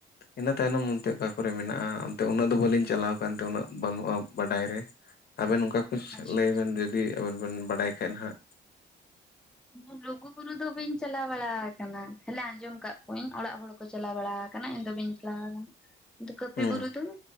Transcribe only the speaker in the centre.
ᱟᱪᱪᱷᱟ
ᱤᱧ ᱞᱩᱜᱩ ᱵᱩᱨᱩ ᱫᱚ ᱵᱟᱹᱧ ᱪᱟᱞᱟᱣ ᱵᱟᱲᱟ ᱟᱠᱟᱱᱟ ᱠᱷᱟᱹᱞᱤ ᱟᱸᱡᱚᱢ ᱟᱠᱟᱫ ᱠᱚᱣᱟᱹᱧ ᱚᱲᱟᱜ ᱦᱚᱲ ᱠᱚ ᱪᱟᱞᱟᱣ ᱵᱟᱲᱟ ᱟᱠᱟᱱᱟ ᱤᱧ ᱫᱚ ᱵᱟᱹᱧ ᱪᱟᱞᱟᱣ ᱟᱠᱟᱱᱟ᱾ ᱠᱟᱹᱯᱤ
ᱵᱩᱨᱩ ᱫᱚᱧ